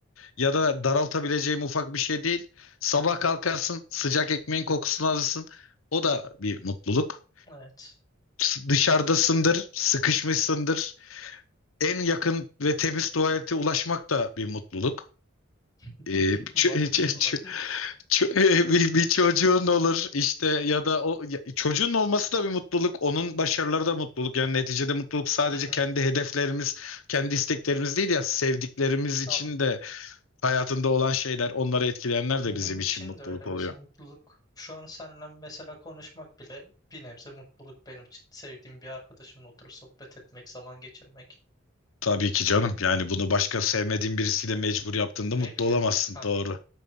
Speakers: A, on the left; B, on the left.
A: ya da daraltabileceğim ufak bir şey değil. Sabah kalkarsın, sıcak ekmeğin kokusunu alırsın. O da bir mutluluk.
B: Evet.
A: S- Dışarıdasındır, sıkışmışsındır. En yakın ve temiz tuvalete ulaşmak da bir mutluluk.
B: <laughs>
A: Ee, ç-
B: Mantıklı
A: ç-
B: lan.
A: Ço- <laughs> bir, bir çocuğun olur işte ya da o ya- çocuğun olması da bir mutluluk, onun başarıları da mutluluk. Yani neticede mutluluk sadece
B: Hı
A: kendi
B: hı.
A: hedeflerimiz, kendi isteklerimiz değil ya sevdiklerimiz için
B: Abi
A: de hayatında olan şeyler, onları etkileyenler
B: Benim
A: de bizim için
B: için
A: mutluluk
B: de öyle mesela
A: oluyor.
B: mutluluk. Şu an seninle mesela konuşmak bile bir nebze mutluluk benim için. Sevdiğim bir arkadaşımla oturup sohbet etmek, zaman geçirmek.
A: Tabii ki canım. Yani bunu başka sevmediğin birisiyle mecbur yaptığında
B: Ne
A: mutlu
B: bileyim
A: olamazsın.
B: hani
A: Doğru.